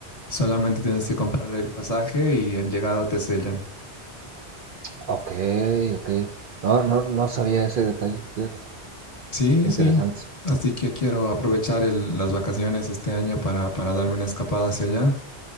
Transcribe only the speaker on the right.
Ok, ok. No, no, no sabía ese detalle, fíjate.
Interesante.